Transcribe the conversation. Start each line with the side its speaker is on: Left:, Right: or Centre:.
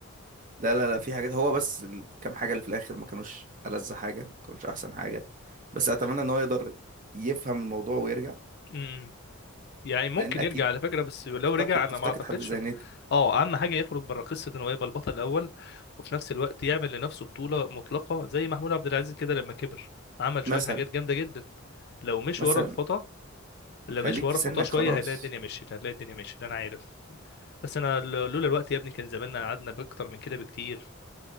Right: لا لا لا في حاجات هو بس الكام حاجة اللي في الآخر ما كانوش ألذ حاجة ما كانوش أحسن حاجة بس أتمنى إن هو يقدر يفهم الموضوع ويرجع
Left: امم يعني ممكن
Right: لأن أكيد
Left: يرجع على فكرة بس لو
Right: افتقد
Left: رجع
Right: تفتقد
Left: انا ما اعتقدش
Right: حد زي
Left: إن-
Right: نادي
Left: اه اهم حاجة يخرج بره قصة انه يبقى البطل الاول وفي نفس الوقت يعمل لنفسه بطولة مطلقة زي محمود عبد العزيز كده لما كبر عمل شوية
Right: مثلا
Left: حاجات جامدة جدا لو مشي
Right: مثلا
Left: ورا الخطا لو
Right: خليك
Left: مشي ورا
Right: في سنك
Left: خطاه شوية
Right: خلاص
Left: هيلاقي الدنيا مشيت هتلاقي الدنيا مشيت انا عارف بس انا ل- لولا الوقت يا ابني كان زماننا قعدنا باكتر من كده بكتير